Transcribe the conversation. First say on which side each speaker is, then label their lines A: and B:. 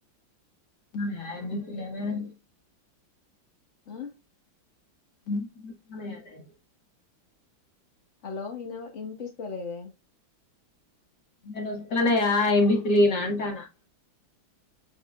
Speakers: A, on the left; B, on the left.
A: ఆ మీ ఆయన్ని పిలవ్గానే
B: ఆ
A: మ్ మలయాళి
B: హలో ఇన వినిపిస్తలేదే
A: నేన్నోస్తన్నాయా ఎబీస్లి నంటానా